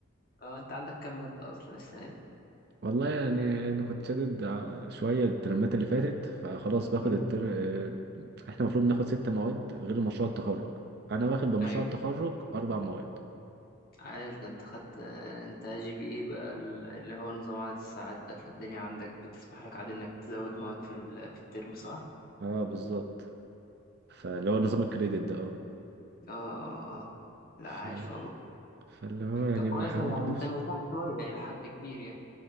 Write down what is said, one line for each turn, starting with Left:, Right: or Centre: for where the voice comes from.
Left: اه انت عندك كام مادة اصلا السنة دي
Right: والله يعني انا كنت شادد ع- شويه الترمات اللي فاتت فخلاص باخد
Left: مم.
Right: التر... آه، احنا المفروض ناخد ست مواد غير مشروع التخرج
Left: مم.
Right: انا واخد بمشروع
Left: أيوة
Right: التخرج اربع مواد
Left: عايش ده انت خدت انت جي بي ايه بقى ال- اللي هو نظام عدد الساعات ده فالدنيا عندك بتسمح لك عادي انك تزود مواد في ال- في الترم صح؟
Right: اه بالظبط فاللي هو نظام الكريدت ده اه
Left: اه اه اه لا
Right: ف...
Left: عايش والله
Right: فاللي هو يعني
Left: طب كويس
Right: بحاول
Left: يعني
Right: ادوس
Left: انت مرتاح شوية إلى حد كبير يعني